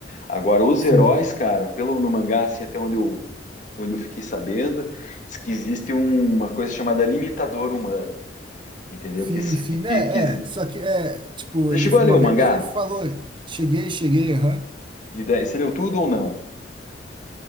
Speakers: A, on the left (about 40°); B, on the right (about 25°).
A: Agora os
B: sim,
A: heróis, cara, pelo no mangá assim até onde eu onde eu fiquei sabendo, diz que existe um- uma coisa chamada limitador humano. Entendeu?
B: sim,
A: Que,
B: sim,
A: que, que,
B: né?
A: que-
B: É, só que é, tipo,
A: Você
B: ele,
A: chegou
B: uma
A: a ler o mangá?
B: vez ele falou, cheguei, cheguei, aham.
A: E daí, você leu tudo ou não?